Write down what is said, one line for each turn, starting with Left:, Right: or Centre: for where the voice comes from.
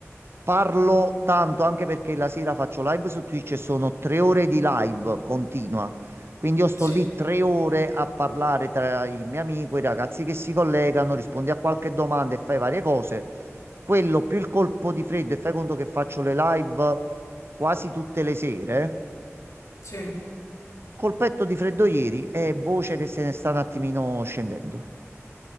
Right: Parlo
Left: mm,
Right: tanto anche perché la sera faccio live su Twitch e sono tre ore di live continua. Quindi io sto
Left: sì,
Right: lì tre ore a parlare tra il mio amico, i ragazzi che si collegano, rispondi a qualche domanda e fai varie cose. Quello più il colpo di freddo e fai conto che faccio le live quasi tutte le sere.
Left: sì.
Right: Colpetto di freddo ieri e voce che se ne sta un attimino scendendo.